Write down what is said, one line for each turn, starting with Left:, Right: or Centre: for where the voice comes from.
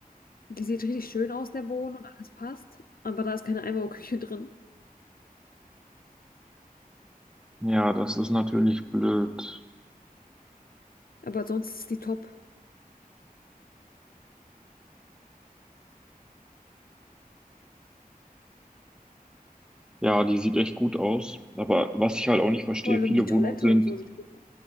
Left: Die sieht richtig schön aus, der Boden und alles passt. Aber da ist keine Einbauküche drin.
Centre: Ja, das ist natürlich blöd.
Left: Aber sonst ist die top.
Centre: Ja, die sieht echt gut aus. Aber was ich halt auch nicht verstehe,
Left: Vor allem
Centre: viele
Left: die Toilette
Centre: Wohnungen sind,
Left: und so sieht gut aus.